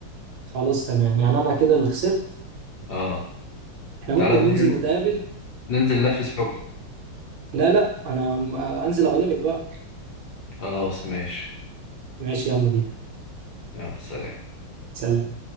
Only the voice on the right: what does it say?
خلاص تمام يعني انا كده اللي خسرت
احنا
ممكن
ننزل
نتقابل
و...
لا لا انا انزل اغلبك بقى
ماشي يلا بينا
سلام